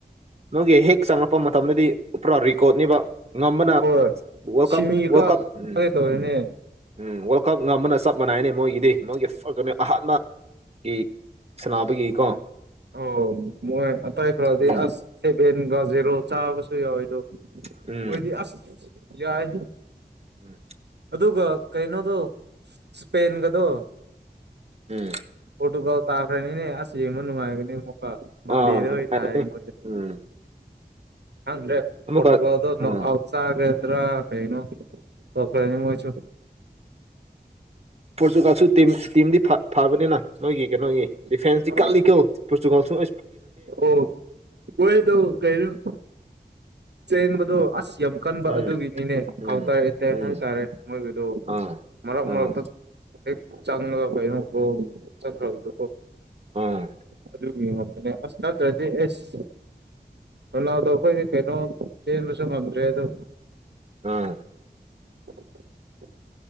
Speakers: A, on the right; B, on the right.
A: ꯅꯣꯏꯒꯤ ꯍꯦꯛ ꯆꯪꯂꯉꯛꯄ ꯃꯇꯝꯗꯗꯤ ꯄꯨꯔꯥ ꯔꯤꯀꯣꯠꯅꯤꯕ ꯉꯝꯕꯅ
B: ꯍꯣꯏ
A: ꯋꯥꯔꯜ
B: ꯁꯤꯃꯤ
A: ꯀꯞ ꯋꯥꯔꯜ
B: ꯀꯥꯒꯦ
A: ꯀꯞ ꯎꯝ
B: ꯇꯧꯔꯤꯅꯦ
A: ꯎꯝ ꯎꯝ ꯋꯥꯔꯜ ꯀꯞ ꯉꯝꯕꯅ ꯆꯞ ꯃꯥꯟꯅꯏꯅꯦ ꯃꯣꯏꯒꯤꯗꯤ ꯃꯣꯏꯒꯤ ꯐꯒꯅꯤ ꯑꯍꯥꯟꯕꯒꯤ ꯁꯅꯥꯕꯒꯀꯣ
B: ꯑꯣ ꯃꯣꯏ ꯑꯇꯋꯥꯏ ꯈꯔꯗꯤ
A: ꯎꯝ
B: ꯑꯁ ꯁꯦꯚꯦꯟꯒ ꯖꯦꯔꯣ ꯆꯥꯕꯁꯨ ꯌꯥꯎꯋꯦꯗꯣ
A: ꯎꯝ
B: ꯃꯣꯏꯗꯤ ꯑꯁ ꯌꯥꯏ
A: ꯎꯝ
B: ꯑꯗꯨꯒ ꯀꯩꯅꯣꯗꯣ ꯁꯄꯦꯟꯒꯗꯣ
A: ꯎꯝ ꯎꯝ
B: ꯐꯣ ꯇꯨꯀꯥꯎ ꯇꯥꯈꯔꯅꯤꯅꯦ ꯑꯁ ꯌꯦ ꯃꯅꯅꯨꯡ ꯃꯥꯒꯅꯤ ꯃꯀꯥ ꯃꯗꯗ
A: ꯑꯥ ꯅꯨꯡꯉꯥꯏꯔꯅꯤ
B: ꯍ ꯇꯑ ꯃꯣꯏ
A: ꯎꯝ
B: ꯑꯗ꯭ꯔꯦ
A: ꯑꯃꯨꯛꯀ
B: ꯄꯣꯇꯨꯒꯜꯗ
A: ꯎꯝ
B: ꯆꯥꯒꯗ꯭ꯔꯥ ꯀꯩꯅꯣ ꯇꯧꯈ꯭ꯔꯅꯤ ꯃꯣꯏꯁꯨ
A: ꯄꯣꯔꯇꯨꯒꯥꯜꯁꯨ ꯇꯝ ꯇꯤꯝꯗꯤ ꯐꯕꯅꯤꯅ ꯅꯣꯏꯒꯤ ꯀꯩꯅꯣꯒꯤ ꯗꯤꯐꯦꯟꯁꯇꯤ
B: ꯑꯣ
A: ꯀꯜꯂꯤꯀꯣ ꯄꯇꯨꯒꯜꯁꯨ
B: ꯑꯣ ꯃꯣꯏꯗꯣ ꯀꯔꯤꯅꯣ ꯆꯦꯟꯕꯗꯣ ꯑꯁ ꯌꯥꯝ ꯀꯟꯕ
A: ꯎꯝ
B: ꯑꯗꯨꯒꯤꯅꯤꯅꯦ ꯀꯥꯎꯟꯇꯔ
A: ꯎꯝ
B: ꯀꯩ
A: ꯎꯝ
B: ꯍꯥꯏꯇꯥꯔꯦ ꯃꯣꯏꯒꯤꯗꯣ
A: ꯑꯥ
B: ꯃꯔꯛ
A: ꯑꯥ
B: ꯃꯔꯛꯇ ꯑꯦꯛ ꯆꯪꯉꯒ ꯀꯩꯅꯣ ꯀꯣ ꯆꯠꯈ꯭ꯔꯕꯗꯣ
A: ꯑꯥ
B: ꯑꯗꯨ ꯌꯦꯉꯝꯕꯅꯦ ꯑꯁ ꯅꯠꯇ꯭ꯔꯗꯤ ꯑꯦꯁ ꯅꯅꯥꯎꯗꯣ ꯑꯩꯈꯣꯏꯗꯤ ꯀꯩꯅꯣ ꯆꯦꯟꯕꯁꯨ ꯉꯝꯗ꯭ꯔꯦ ꯑꯗꯣ
A: ꯑꯥ
B: <inaudible>